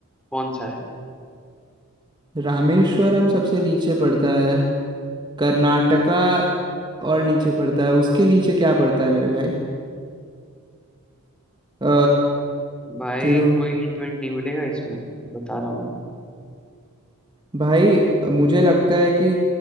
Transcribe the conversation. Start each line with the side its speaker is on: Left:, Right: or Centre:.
Centre: कौन सा है
Right: रामेश्वरम सबसे नीचे पड़ता है कर्नाटका और नीचे पड़ता है उसके नीचे क्या पड़ता है मेरे भाई अ
Centre: भाई
Right: तिरु
Centre: कोई हिंट विंट नहीं मिलेगा इसमें बता रहा हूँ ना
Right: भाई मुझे लगता है कि